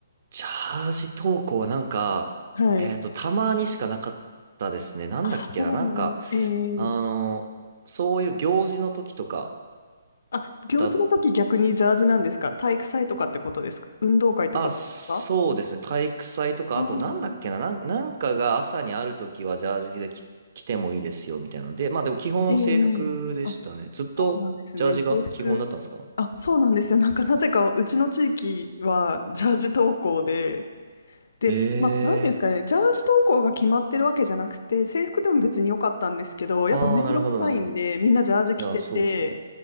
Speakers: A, on the right; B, on the left.
A: チャージ投稿はなんか、
B: はい。
A: えっと、たまにしかなかったですね。なんだっけな、
B: あ、そうなんええ
A: なんか、あの、そういう行事の時とか
B: あ、行事の時逆にジャージなんですか体育祭とかってことですか運動会とかですか
A: だ、あ、そうですね、体育祭とか、
B: ああー、
A: あとなんだっけな、なん、なんかが朝にある時はジャージでき着てもいいですよ、みたいなので、まあでも基本制服でしたね。
B: ええあ、
A: ずっとジャージが基本だったんですか
B: そうなんですね。制服。あ、そうなんですよ。なんかなぜかうちの地域はジャージ登校で、で、
A: ええ
B: まあ、なんていうんですかね、ジャージ投稿が決まってるわけじゃなくて、制服でも別に良かったんですけど、
A: ー、
B: やっぱめんどくさいんで、
A: ああ、なるほど、なるほど。
B: みんなジャージ着てて、
A: いや、そうですね。